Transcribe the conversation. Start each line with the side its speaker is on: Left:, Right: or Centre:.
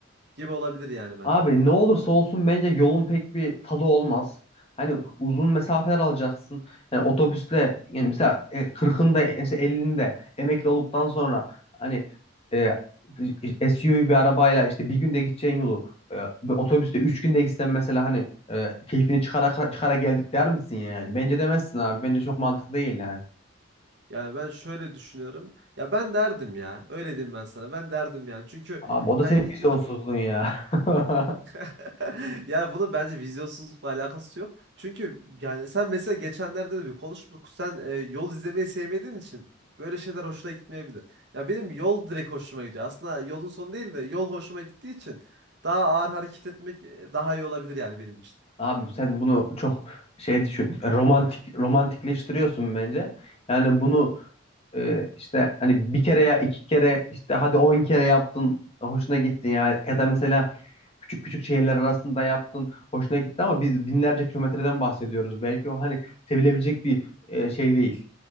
Right: gibi olabilir yani bence.
Left: Abi ne olursa olsun bence yolun pek bir tadı olmaz. Hani uzun mesafeler alacaksın. Yani otobüsle yani mesela e, 40'ında mesela 50'inde emekli olduktan sonra hani e, SUV bir arabayla işte bir günde gideceğin yolu e, bir otobüste 3 günde gitsen mesela hani e, keyfini çıkara çıkara geldik der misin yani? Bence demezsin abi. Bence çok mantıklı değil yani.
Right: Yani ben şöyle düşünüyorum. Ya ben derdim ya. Öyle diyeyim ben sana. Ben derdim yani. Çünkü
Left: Abi o da
Right: yani
Left: senin vizyonsuzluğun ya. <laughs>
Right: <laughs> Yani bunun bence vizyonsuzlukla alakası yok. Çünkü yani sen mesela geçenlerde de bir konuştuk. Sen e, yol izlemeyi sevmediğin için böyle şeyler hoşuna gitmeyebilir. Ya benim yol direkt hoşuma gidiyor. Aslında yolun sonu değil de yol hoşuma gittiği için daha ağır hareket etmek e, daha iyi olabilir yani benim için.
Left: Abi sen bunu çok şey düşün, romantik romantikleştiriyorsun bence. Yani bunu e, işte hani bir kere ya iki kere işte hadi on kere yaptın hoşuna gitti ya ya da mesela küçük küçük şehirler arasında yaptın hoşuna gitti ama biz binlerce kilometreden bahsediyoruz. Belki o hani sevilebilecek bir e, şey değil.